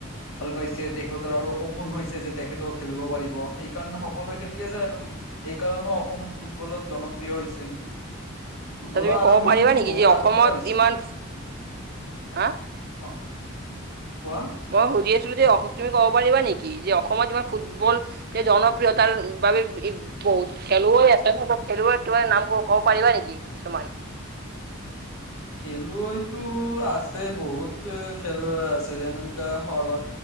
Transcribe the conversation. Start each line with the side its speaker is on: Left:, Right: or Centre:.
Left: ভাল পাইছে, তেখেতৰ আৰু সপোন হৈছে যে তেখেতেও খেলিব পাৰিব। সেইকাৰণে সকলোৱে খেলি আছে আৰু। এই কাৰণ অসম ফুটবলত জনপ্ৰিয় হৈছেন।
Right: <inaudible>
Left: ফুটবলৰ আৰম্ভণিতো
Right: ক'ব পাৰিবা নেকি
Left: বহুত
Right: যে
Left: আগৰ
Right: অসমত
Left: পৰা হৈছিল।
Right: ইমান হা
Left: অ' কোৱা।
Right: মই সুধি আছিলো যে অস তুমি ক'ব পাৰিবা নেকি, যে অসমত ইমান ফুটবল এই জনপ্ৰিয়তাৰ বাবে বি বহুত খেলুৱৈ আছে, খেলুৱৈ তোমাৰ নাম ক কব পাৰিবা নেকি কিছুমান?
Left: খেলুৱৈটো আছে বহুত ত খেলুৱৈ আছে, যেনেকুৱা সৰবা